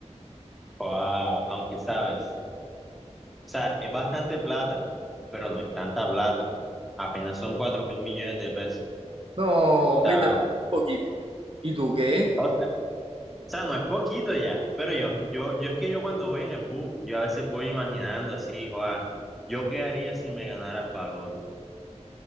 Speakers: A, in the centre; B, on the right (about 50°).
A: Joa, aunque sabes, o sea, es bastante plata, pero no es tanta plata. Apenas son cuatro mil millones de pesos.
B: No, hombre,
A: O sea,
B: y te parece un poquito. ¿Y tú qué?
A: o sea, o sea, no es poquito ya, pero yo, yo, yo es que yo cuando voy en el bus, yo a veces voy imaginando así, joa, yo qué haría si me ganara el baloto.